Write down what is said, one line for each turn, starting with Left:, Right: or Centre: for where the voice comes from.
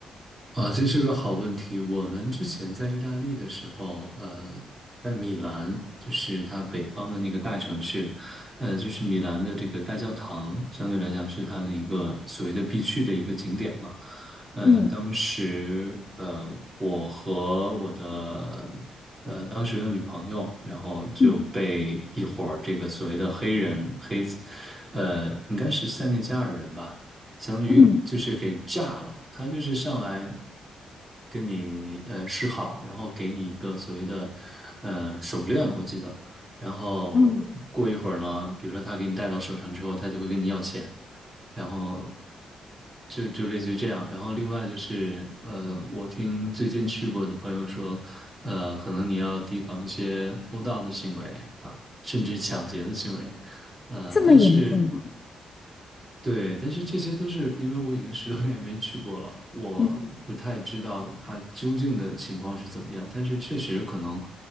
Right: 啊，这是个好问题。我们之前在意大利的时候，呃，在米兰，就是它北方的那个大城市，呃，就是米兰的这个大教堂，相对来讲是它的一个所谓的必去的一个景点嘛。呃，
Left: 嗯
Right: 当时，呃，我和我的，呃，当时的女朋友，然后就被一伙儿这个所谓的黑人黑子，
Left: 嗯
Right: 呃，应该是塞内加尔人吧。相当于就是给炸了。
Left: 嗯
Right: 他就是上来跟你呃示好，然后给你一个所谓的呃手链，我记得。然后过一会儿呢，
Left: 嗯，
Right: 比如说他给你戴到手上之后，他就会跟你要钱，然后就就类似于这样。然后另外就是，呃，我听最近去过的朋友说，呃，可能你要提防一些偷盗的行为啊，甚至抢劫的行为，呃，
Left: 这么严重吗？
Right: 但是。对，但是这些都是因为我已经十多年没去过了，我不太知道它究竟的情况是怎么样。
Left: 嗯，
Right: 但是确实可能，